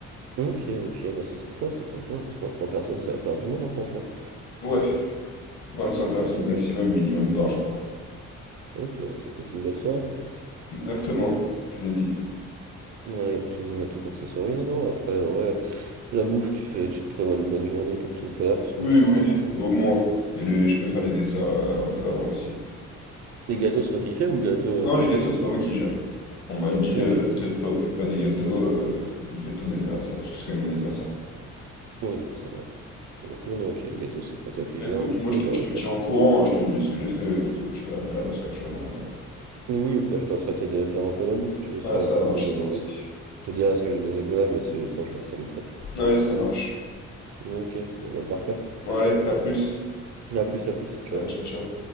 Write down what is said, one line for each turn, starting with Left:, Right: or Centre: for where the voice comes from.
Right: Ok, ok, bah c'est sympa, c'est sympa. En plus, 25 personnes, ça va faire du monde, hein, franchement.
Left: Ouais, 25
Right: Ça
Left: personnes
Right: peut être une
Left: maximum,
Right: belle.
Left: minimum 20, je crois.
Right: Ok, bah, ça peut être une belle soirée.
Left: Exactement, tu l'as dit.
Right: Ouais, y a tout, y a tout pour que ça soit oui, non. Après, ouais, la bouffe, tu fais, tu te prévois une bonne journée pour tout faire, parce que
Left: Oui,
Right: 25
Left: oui,
Right: personnes.
Left: au moins. Et le, je peux faire
Right: oui.
Left: les desserts euh, un peu avant aussi.
Right: Les gâteaux, c'est toi qui fais ou le gâteau,
Left: Non,
Right: euh, t'achètes?
Left: les gâteaux, c'est pas moi qui gère. On m'a dit,
Right: Ok,
Left: euh,
Right: bah ça.
Left: te préoccupe pas des gâteaux, euh, du gâteau d'anniversaire, parce que c'est quand même mon anniversaire.
Right: Oui, c'est vrai. Donc oui, donc le gâteau, c'est pas toi qui
Left: Bah,
Right: gère,
Left: Écoute,
Right: donc
Left: moi je
Right: oui,
Left: te,
Right: t'auras
Left: je te
Right: juste
Left: tiens
Right: à faire.
Left: au courant, hein, je te dis ce que j'ai fait, de toute façon tu verras bien là-bas ce que tu vas manger.
Right: Oui, au pire, je passerai t'aider à faire un peu la bouffe, si tu veux, si
Left: Ouais,
Right: j'ai
Left: ça
Right: le temps,
Left: marche,
Right: comme j'ai
Left: c'est
Right: mes
Left: gentil.
Right: ex... Je te dirai ce que j'ai mes examens, mais si j'ai le temps, je passerai vite fait.
Left: Allez, ça marche.
Right: Ok, bon bah parfait.
Left: Bon, allez, à plus.
Right: À plus, à plus, ciao.
Left: Allez, ciao, ciao.